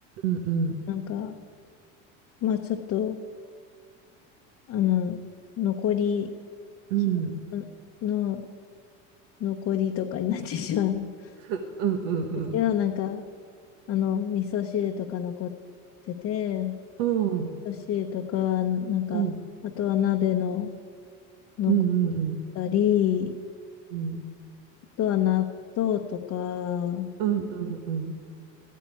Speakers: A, on the right; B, on the left.
A: ん、うん、
B: なんか、まあちょっと、あの、残り
A: うん、
B: 気の残りとかになってしまうん <laughs>
A: うん、うん、うん、
B: ですけど、なんか、あの、味噌汁とか残ってて、
A: うん、
B: 味噌汁とか、なんか、
A: うん、うん、
B: あとは鍋の残ったり、
A: うん、うん、うん、
B: あとは納豆とか、
A: うん、うん、